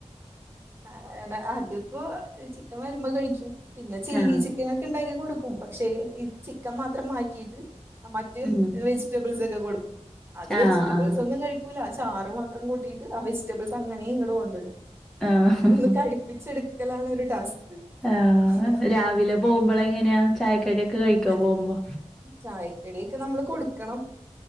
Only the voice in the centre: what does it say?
ആഹ്
ഉം
ആഹ്
ആഹ്
ആഹ്
ആഹ്
രാവിലെ പോകുമ്പള് എങ്ങനെയാ ചായക്കടിയൊക്കെ കഴിക്കോ
പോകുമ്പോ